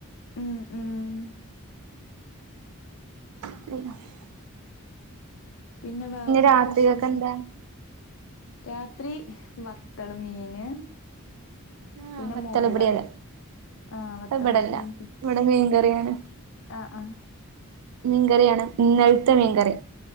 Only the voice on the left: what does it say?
ഉം ഉം.
പിന്നെ വേറെ എന്തൊക്കെ
വിശേഷം
രാത്രി ബത്തള് മീന്
പിന്നെ
മോര്
കറി
ആഹ് വത്തള്
സെയിം പിച്ച്
ആഹ് ആഹ്